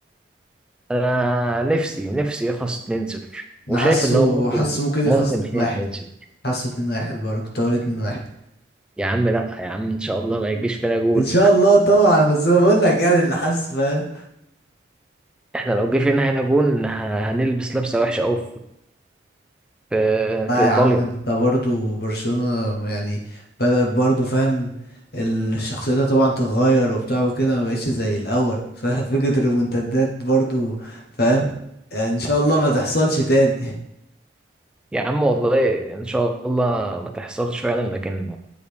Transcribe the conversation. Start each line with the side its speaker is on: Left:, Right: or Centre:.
Centre: انا نفسي نفسي يخلص 2-0
Left: انا
Centre: وشايف
Left: حاسه
Centre: ان هو ممكن
Left: حاسه ممكن يخلص
Centre: ممكن
Left: 2-1
Centre: فيها 2-0
Left: حاسه 2-1 برضه كنت هقول 2-1
Centre: يا عم لا يا عم ان شاء الله ما يجيش فينا جول
Left: ان شاء الله طبعا بس انا بقول لك يعني اللي حاسه فاهم
Centre: احنا لو جه فينا هنا جون ه- هنلبس لبسه وحشه قوي في
Left: لا
Centre: في
Left: يا
Centre: إيطاليا
Left: عم انت برضه برشلونة يعني بدأت برضه فاهم الشخصية ده طبعا تتغير وبتاع وكده ما بقتش زي الاول <laughs> ففكرة الريمونتادات برضه فاهم يعني ان شاء الله ما تحصلش تاني
Centre: يا عم والله إن شاء الله ما تحصلش فعلا لكن